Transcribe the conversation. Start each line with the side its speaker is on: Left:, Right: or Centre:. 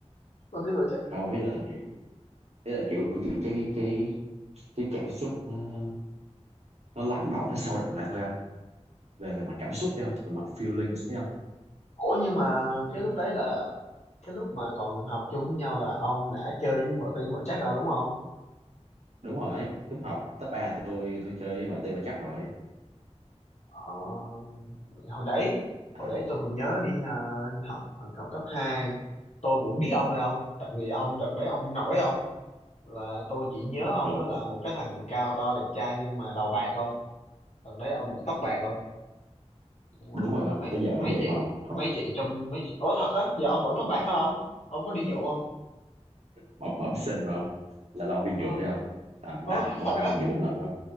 Left: mà tôi mà chắc
Right: không ý là kiểu ý là kiểu kiểu cái cái cái cảm xúc nó nó lắng động nó sâu đậm lại thôi không về về mặt cảm xúc đấy không về mặt feelings đấy không
Left: Ủa nhưng mà cái lúc đấy là cái lúc mà còn học chung với nhau là ông đã chơi với vợ Tiên vợ Trác rồi đúng không?
Right: đúng rồi đúng học cấp ba tôi tôi chơi với vợ Tư vợ Jack rồi
Left: Ờ, hồi đấy
Right: à,
Left: hồi đấy tôi còn nhớ đi, à, đi học học cấp 2 tôi cũng biết ông rồi không? Tại vì ông đợt đấy ông nổi không? Và tôi chỉ nhớ
Right: bình
Left: ông
Right: thường
Left: đó là một cái thằng cao to đẹp trai nhưng mà đầu bạc không? Đợt đấy ông bị tóc bạc không? Nhưng Mà
Right: đúng rồi không
Left: mấy
Right: tới giờ mới
Left: mấy
Right: vậy
Left: chị
Right: mà không không
Left: mấy chị trong mấy chị Ủa thật á giờ ông vẫn tóc bạc phải không? Ông có đi nhuộm không?
Right: bẩm, bẩm sinh mà không là lâu đi nhuộm
Left: Ờ,
Right: thấy không tầm
Left: ờ
Right: năm một
Left: thật
Right: năm
Left: á
Right: đi nhuộm một lần không